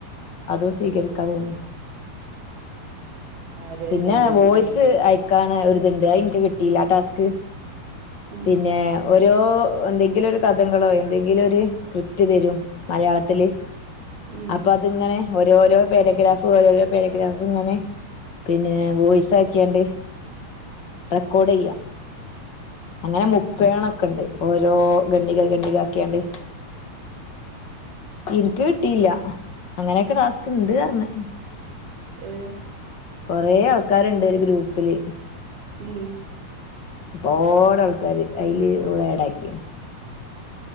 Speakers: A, on the left; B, on the right.
A: അതും സ്വീകരിക്കാന്നുതോന്നുന്നു
B: ആര്
A: പിന്നെ
B: അയില്
A: വോയിസ്
B: കൂടിയോ
A: അയ ക്കാണ ഒര്ത്ണ്ട് അയിൻക്ക് കിട്ടില്ല ആഹ് ടാസ്ക്
B: ആഹ്
A: പിന്നെ ഓരോ എന്തെങ്കിലും ഒരു കഥ ങ്കളെ എന്തെങ്കിലും ഒര് സ്ക്രിപ്റ്റ് തരും മലയാളത്തില്
B: ഉം
A: അപ്പൊ അതിങ്ങനെ ഓരോരോ പാരഗ്രാഫ് ഓരോരോ പാരഗ്രാഫ് ഇങ്ങനെ പിന്നെ വോയിസാക്കിയാണ്ട് റെക്കോർഡ് ചെയ്യാ അങ്ങനെ മുപ്പേണൊക്കെണ്ട് ഓരോ ഗണ്ണിക ഗണ്ണിക ആക്കിയാണ്ട് ഇൻക്ക് കിട്ടിയില്ല അങ്ങനെയൊക്കെ ടാസ്ക് ഇണ്ടാർഞ്ഞ്
B: ഏഹ്
A: കൊറെേ ആൾക്കാര്ണ്ട് ഈ ഗ്രൂപ്പില്
B: ഉം
A: പ്പോടെ ആൾക്കാര് അയ്ല് ഏടാക്കിണ്